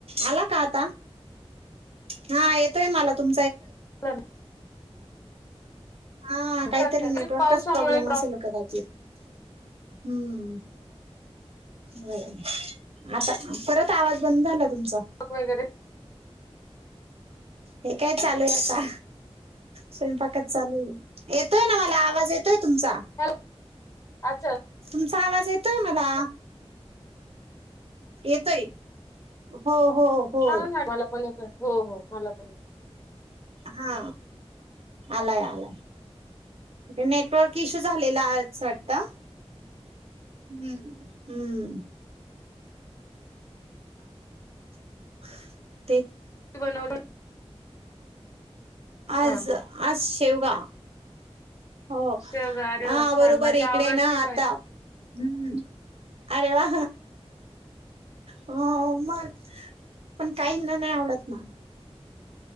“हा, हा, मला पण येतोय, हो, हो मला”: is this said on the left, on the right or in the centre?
Left